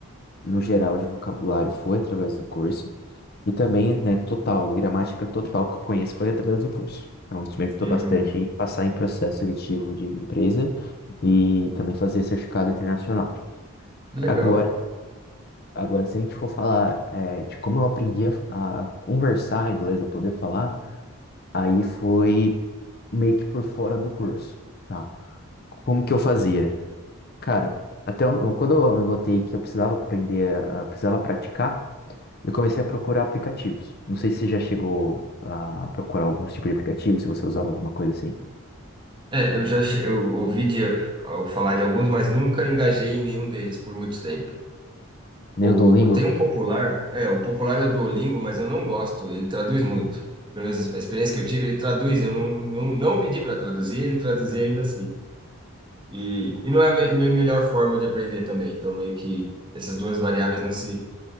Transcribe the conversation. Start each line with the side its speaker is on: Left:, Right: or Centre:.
Left: no geral, de vocabulário foi através do curso, e também, né, total, gramática total que eu conheço foi através do curso. Então, isso me ajudou
Right: Hum,
Left: bastante em passar em processo seletivo de empresa e também fazer certificado internacional.
Right: que legal.
Left: Agora, agora se a gente for falar, é, de como eu aprendi a, a conversar em inglês, a poder falar, Aí foi meio que por fora do curso, tá? Como que eu fazia? Cara, até eu- quando eu notei que eu precisava aprender, a- precisava praticar, eu comecei a procurar aplicativos. Não sei se você já chegou a procurar algum tipo de aplicativo, se você usava alguma coisa assim.
Right: É, eu já che- eu ouvi de, ao falar de alguns, mas nunca engajei em nenhum deles por muito tempo.
Left: Nem
Right: O,
Left: o Duolingo?
Right: tem um popular, é, o popular é o Duolingo, mas eu não gosto, ele traduz muito. Pelo menos a experiência que eu tive, ele traduz, eu não, não, não pedi para traduzir, ele traduzia ainda assim. E, e não é a me- a minha melhor forma de aprender também, então meio que essas duas variáveis não se,